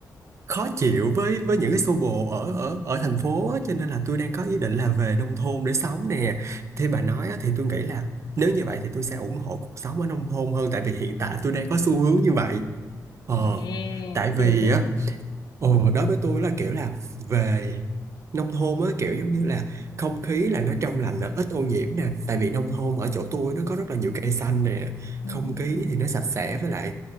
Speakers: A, on the right (about 45°); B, on the left (about 85°).
A: khó chịu với với những cái xô bồ ở ở ở thành phố á, cho nên là tôi đang có ý định là về nông thôn để sống nè. Thì bà nói á, thì tôi nghĩ là nếu như vậy thì tôi sẽ ủng hộ cuộc sống ở nông thôn hơn tại vì hiện tại tôi đang có xu hướng như vậy. Ờ
B: Ê,
A: tại
B: được
A: vì
B: đấy.
A: á Ồ, đối với tôi là kiểu là về nông thôn á kiểu giống như là không khí là nó trong lành nè, ít ô nhiễm nè tại vì nông thôn ở chỗ tôi nó có rất là nhiều cây xanh nè
B: Ừ.
A: không khí thì nó sạch sẽ với lại